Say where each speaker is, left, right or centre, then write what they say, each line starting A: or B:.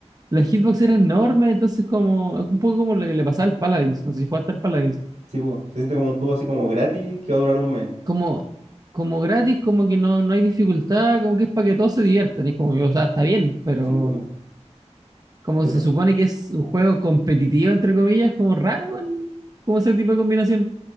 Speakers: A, on the right; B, on the right.
A: la hitbox era enorme, entonces como un poco como lo que le pasaba al Paladins, no sé si jugaste al Paladins,
B: Sí, po, se siente como un juego así como gratis que va a durar un mes.
A: como, como gratis, como que no, no hay dificultad, como que es para que todos se diviertan, es como, o sea, está bien, pero
B: Sí, pues yo.
A: como
B: Pero
A: se supone que es un juego competitivo, entre comillas, como raro, bueno, como ese tipo de combinación.